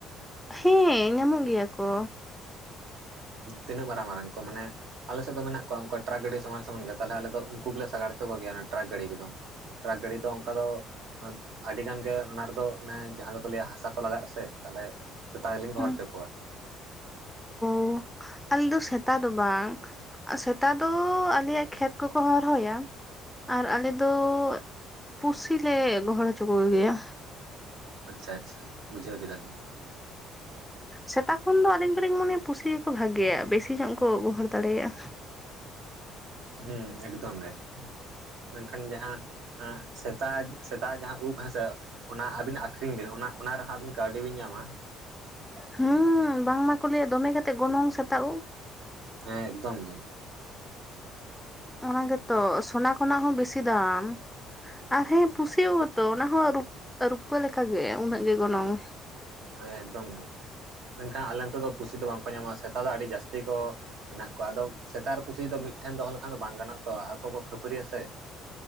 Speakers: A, in the centre; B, on the right (about 75°).
A: ᱦᱮᱸ ᱧᱟᱢᱚᱜ ᱜᱮᱭᱟ ᱠᱚ᱾
B: ᱛᱤᱱᱟᱹᱜ ᱢᱟᱨᱟᱝ ᱢᱟᱨᱟᱝ ᱠᱚ ᱢᱟᱱᱮᱼᱼ ᱟᱞᱮ ᱥᱮᱫ ᱫᱚ ᱢᱮᱱᱟᱜ ᱠᱚᱣᱟ ᱩᱱᱠᱩ ᱴᱨᱟᱠ ᱜᱟᱹᱰᱤ ᱥᱚᱢᱟᱱ ᱥᱚᱢᱟᱱ ᱜᱮ ᱛᱟᱦᱞᱮ ᱟᱞᱮ ᱫᱚ ᱩᱱᱠᱩ ᱜᱮᱞᱮ ᱥᱟᱜᱟᱲ ᱦᱚᱪᱚ ᱠᱚᱜᱮᱭᱟ ᱚᱱᱟ ᱴᱨᱟᱠ ᱜᱟᱹᱰᱤ ᱠᱚᱫᱚ᱾ ᱴᱨᱟᱠ ᱜᱟᱹᱰᱤ ᱫᱚ ᱚᱱᱠᱟ ᱫᱚᱼᱼ ᱟᱹᱰᱤ ᱜᱟᱱ ᱜᱮ ᱚᱱᱟ ᱨᱮᱫᱚ ᱢᱟᱱᱮ ᱡᱟᱦᱟᱸ ᱫᱚᱠᱚ ᱞᱟᱹᱭᱟ ᱦᱟᱥᱟ ᱠᱚ ᱞᱟᱜᱟᱜᱼᱟ ᱥᱮᱼᱼ ᱛᱟᱦᱞᱮ ᱥᱮᱛᱟ ᱜᱮᱞᱤᱧ ᱜᱚᱦᱚᱲ
A: ᱦᱩᱸ
B: ᱦᱚᱪᱚ ᱠᱚᱣᱟ᱾
A: <unintelligible> ᱟᱞᱮ ᱫᱚ ᱥᱮᱛᱟ ᱫᱚ ᱵᱟᱝᱼᱼ ᱥᱮᱛᱟ ᱫᱚ ᱟᱞᱮᱭᱟᱜ ᱠᱷᱮᱛ ᱠᱚᱠᱚ ᱦᱚᱨᱦᱚᱭᱟᱼᱼ ᱟᱨ ᱟᱞᱮ ᱫᱚ ᱯᱩᱥᱤ ᱞᱮ ᱜᱚᱦᱚᱲ ᱦᱚᱪᱚ ᱠᱚᱜᱮᱭᱟ᱾
B: ᱟᱪᱪᱷᱟ ᱟᱪᱪᱷᱟ ᱵᱩᱡᱷᱟᱹᱣ ᱠᱮᱫᱟᱞᱤᱧ
A: ᱥᱮᱛᱟ ᱠᱷᱚᱱ ᱫᱚ ᱟᱹᱞᱤᱧ ᱫᱚᱞᱤᱧ ᱢᱚᱱᱮᱭᱟ ᱯᱩᱥᱤ ᱜᱮᱠᱚ ᱵᱷᱟᱜᱮᱭᱟ ᱵᱮᱥᱤ ᱧᱚᱜ ᱠᱚ ᱜᱚᱦᱚᱲ ᱫᱟᱲᱮᱭᱟᱜ-ᱟ
B: ᱦᱮᱸ ᱮᱠᱫᱚᱢ ᱜᱮ ᱢᱮᱱᱠᱷᱟᱱ ᱡᱟᱦᱟᱸ ᱦᱮ ᱥᱮᱛᱟ ᱥᱮᱛᱟ ᱡᱟᱦᱟᱸ ᱩᱵ ᱦᱮᱸᱥᱮ ᱚᱱᱟ ᱟᱹᱵᱤᱱᱟᱜ ᱟᱹᱷᱨᱤᱧ ᱵᱤᱱ ᱚᱱᱟ ᱚᱱᱟ ᱨᱮᱦᱚᱸ ᱟᱹᱵᱤᱱ ᱠᱟᱹᱣᱰᱤ ᱵᱤᱱ ᱧᱟᱢᱟ
A: ᱦᱩᱸ ᱵᱟᱝᱢᱟ ᱠᱚ ᱞᱟᱹᱭᱟ ᱫᱚᱢᱮ ᱠᱟᱛᱮᱫ ᱜᱚᱱᱚᱝ ᱥᱮᱛᱟ ᱩᱵ
B: ᱦᱮᱸ ᱮᱠᱫᱚᱢ ᱜᱮ
A: ᱚᱱᱟ ᱜᱮᱛᱚ ᱥᱚᱱᱟ ᱠᱷᱚᱱᱟᱜ ᱦᱚᱸ ᱵᱤᱥᱤ ᱫᱟᱢ ᱟᱨ ᱦᱮᱸ ᱯᱩᱥᱤ ᱛᱚ ᱚᱱᱟ ᱦᱚᱸ ᱨᱩ ᱨᱩᱯᱟᱹ ᱞᱮᱠᱟᱜᱮ ᱩᱱᱟᱹᱜ ᱜᱮ ᱜᱚᱱᱚᱝ
B: ᱦᱮᱸ ᱮᱠᱫᱚᱢ ᱜᱮ ᱢᱮᱱᱠᱷᱟᱱ ᱟᱞᱮ ᱱᱚᱛᱮ ᱫᱚ ᱯᱩᱥᱤ ᱫᱚ ᱵᱟᱝᱠᱚ ᱧᱟᱢᱚᱜ-ᱟ ᱥᱮᱛᱟ ᱫᱚ ᱟᱹᱰᱤ ᱡᱟᱹᱥᱛᱤ ᱠᱚ ᱢᱮᱱᱟᱜ ᱠᱚᱣᱟ ᱟᱫᱚ ᱥᱮᱛᱟ ᱟᱨ ᱯᱩᱥᱤ ᱫᱚ ᱢᱤᱫᱴᱷᱮᱱ ᱫᱚᱦᱚ ᱞᱮᱠᱷᱟᱱ ᱫᱚ ᱵᱟᱝ ᱜᱟᱱᱚᱜ-ᱟ ᱛᱚ ᱟᱠᱚ ᱠᱚ ᱠᱷᱟᱹᱯᱟᱹᱨᱤ ᱟᱥᱮ